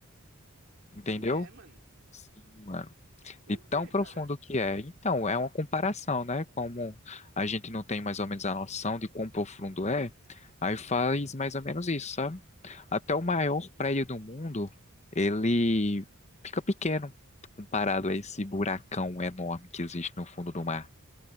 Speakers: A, on the left; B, on the right.
A: Entendeu?
B: E é, mano.
A: Sim, mano.
B: Por
A: e tão
B: quê,
A: profundo
B: cara?
A: que é. Então, é uma comparação, né? Como a gente não tem mais ou menos a noção de quão profundo é, aí faz mais ou menos isso, sabe? Até o maior prédio do mundo, ele fica pequeno comparado a esse buracão enorme que existe no fundo do mar.